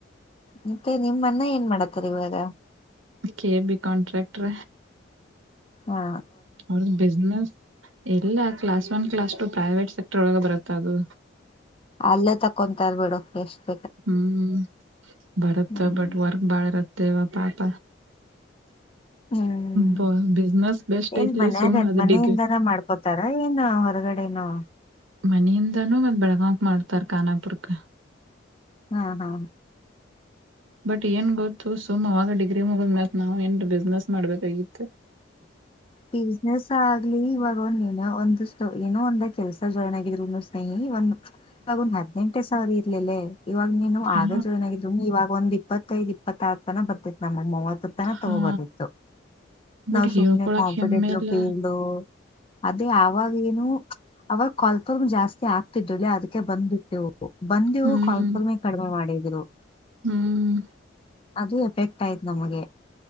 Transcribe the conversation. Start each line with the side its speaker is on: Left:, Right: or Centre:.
Left: ಮತ್ತೆ ನಿಮನ್ನ ಏನ್ ಮಾಡಾತ್ತಾರ ಇವಾಗ.
Right: ಕೆ ಬಿ ಕಾಂಟ್ರಾಕ್ಟ್ರ
Left: ಹಾ.
Right: ಅವ ಬಿಜನೆಸ್. ಈಲ್ಲ class one class two private sector ಒಗ ಬರುತ್ತ ಅದು.
Left: ಅಲ್ಲೇ ತಕೊಂತ ಇರ್ಬಿಡು ಎಷ್ಟು.
Right: ಹ್ಮ್ ಬರುತ್ತ
Left: ಹ್ಮ್
Right: ಬಟ್ ವರ್ಕ್ ಬಾಳ ಇರತ್ತೇವ ಪಾಪ.
Left: <inaudible> ಹ್ಮ್
Right: ಬ ಬಿಸ್ನೆಸ್ ಬೆಸ್ಟ್
Left: ಎನ್
Right: ಐತ್ಲಿ
Left: ಮನ್ಯಗ
Right: ಸುಮ್ ಅದ್
Left: ಮನೆಯಿಂದನ
Right: ಡಿಗ್ರಿ
Left: ಮಾಡ್ಕೋತಾರ ಏನ್ ಹೊರಗಡೆ. ನಾ.
Right: ಮನಿಯಿಂದನೂ ಮತ್ತ ಬೆಳಗಾಂಕ್ ಮಾಡ್ತಾರ ಕಾನಾಪುರ್ಕ್ಕೆ.
Left: ಹಾ ಹಾ.
Right: ಬಟ್ ಏನ್ ಗೊತ್ತು ಸುಮವಾಗ ಡಿಗ್. ಮುಗ ಮತ್ ನಾವ್ ಎಂ ಬಿಸ್ನೆಸ್ ಮಾಡ್ಬೇಕಾಗಿತ್ತು.
Left: ಬಿಸ್ನೆಸ್ ಆಗ್ಲಿ ಇವಾಗ ಒಂದನ ಒಂದ ಏನೋ ಒಂದ ಕೆಲ್ಸ ಜಾಯ್ನ್ ಆಗಿದ್ರು ಸ್ನೇಹಿ. ಈ ಒಂದು ಇವಾಗ ಒಂದ್ ಹದ್ನೆಂಟೇ ಸಾವಿರ ಇರ್ಲಿಲ್ಲ ಇವಾಗ ನೀನು
Right: ಹಾ
Left: ಆಗ ಜಾಯ್ನ್ ಆಗಿದ್ರು ಇವಾಗ ಒಂದ. ಇಪ್ಪತ್ತೈದು ಇಪ್ಪತ್ತಾರ ತನ ಬರ್ತಿತ್ತು ನಮಗ್ ಮೂವತ್ತು ತನ
Right: ಹಾ
Left: ತಗೋಬದಿತ್ತು
Right: ಬಟ್
Left: ನಾವ್
Right: ಹೇಳ್ಕೊಳಕ್
Left: ಸುಮ್ನೆ.
Right: ಹೆಮ್ಮೆ ಇಲ್ಲ
Left: ಫೀಲ್ ಅದೇ ಯಾಗ ನು ಅವಾಗ ಕಲ್ ಜಾ ಸ್ತಿ. <unintelligible> ಆಗ್ತಿತ್ತಲೇ ಅದಕ್ಕೆ ಬಂದ್ಬಿಟ್ಟೆವು ಬಂದಿವು
Right: ಹ್ಮ್
Left: ಕಾಲ್ಫುಲ್ಮೆ
Right: ಹ್ಮ್
Left: ಕಡಿಮೆ ಮಾಡಿದ್ರು.
Right: ಹ್ಮ್
Left: ಅದು ಎಫೆಕ್ಟ್ ಆಯ್ತು ನಮಗೆ.